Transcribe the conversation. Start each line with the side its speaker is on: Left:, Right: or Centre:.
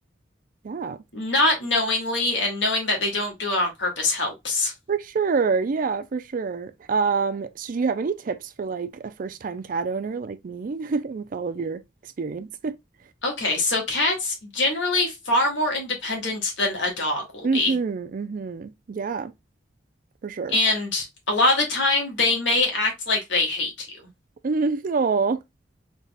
Right: Yeah,
Left: Not knowingly and knowing that they don't do it on purpose helps.
Right: for sure. Yeah, for sure. Um, so do you have any tips for like a first-time cat owner like me <laughs> with all of your experience? <laughs>
Left: Okay, so cats generally far more independent than a dog will
Right: Mm-hmm.
Left: be.
Right: Mm-hmm. Yeah, for sure.
Left: And a lot of the time, they may act like they hate you,
Right: <laughs> Oh,